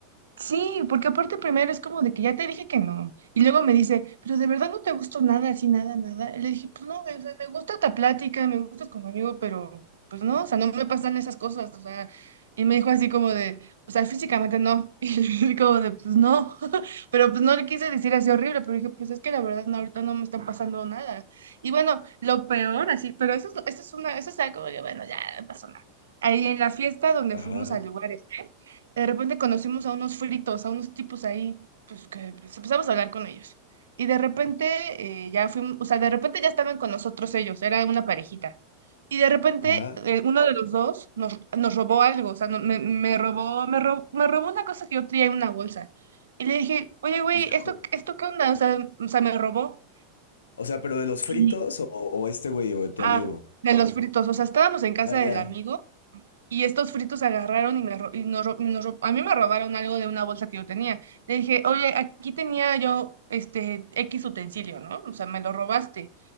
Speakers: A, on the right; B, on the left.
A: Sí, porque aparte primero es como de que ya te dije que no. Y luego me dice, pero de verdad no te gustó nada, así, nada, nada. Y le dije, pues no, güey, o sea, me gusta esta plática, me gustas como amigo, pero pues no, o sea, no me pasan esas cosas, o sea. Y me dijo así como de, o sea, físicamente no. <laughs> Y yo así como de, pues no. <laughs> Pero pues no le quise decir así horrible, pero dije, pues es que la verdad no, ahorita no me está pasando nada. Y bueno, lo peor así, pero eso es, eso es una, eso es algo de, bueno, ya no pasó nada. Ahí en la fiesta donde
B: Ajá,
A: fuimos a lugares. De repente conocimos a unos fritos, a unos tipos ahí, pues que pues, empezamos a hablar con ellos. Y de repente eh, ya fuimos, o sea, de repente ya estaban con nosotros ellos, era una parejita. Y de repente
B: ajá,
A: eh, uno de los dos nos, nos robó algo, o sea, no- me, me robó, me robó, me robó una cosa que yo traía en una bolsa. Y le dije, oye, güey,
B: híjole.
A: ¿esto, esto qué onda? O sea, o sea, me robó.
B: O sea, pero de los fritos
A: Y,
B: o, o este güey o de tu
A: ah,
B: amigo.
A: de los fritos, o sea, estábamos en casa
B: Ah, ya,
A: del amigo. Y estos fritos agarraron y, me, ro- y nos, ro- y nos ro- a mí me robaron algo de una bolsa que yo tenía. Le dije, oye, aquí tenía yo este X utensilio, ¿no? O sea, me lo robaste.